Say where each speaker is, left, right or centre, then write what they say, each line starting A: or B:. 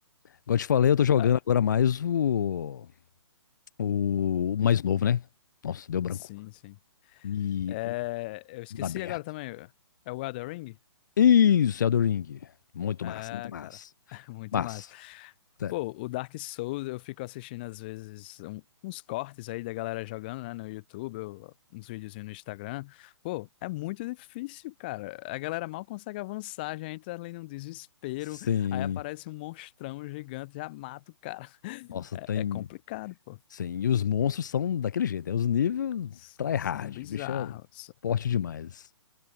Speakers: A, on the left; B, on the left.
A: Igual eu te falei, eu tô jogando
B: Cara,
A: agora mais o, o mais novo, né? Nossa, deu branco.
B: sim, sim.
A: E
B: É,
A: o
B: eu esqueci
A: mundo aberto.
B: agora também. É o Elden Ring?
A: Isso, Elden Ring. Muito
B: É,
A: massa, muito massa.
B: cara. <laughs> Muito
A: Massa,
B: massa.
A: sério.
B: Pô, o Dark Souls eu fico assistindo às vezes um- uns cortes aí da galera jogando, né, no YouTube, eu- uns videozinhos no Instagram. Pô, é muito difícil, cara. A galera mal consegue avançar, já entra ali num desespero,
A: Sim.
B: aí aparece um monstrão gigante, já mata o cara. <laughs>
A: Nossa, tem.
B: É, é complicado, pô.
A: Sim. E os monstros são daquele jeito. É os níveis
B: S-
A: tryhard.
B: São bizarros.
A: O bicho é forte demais.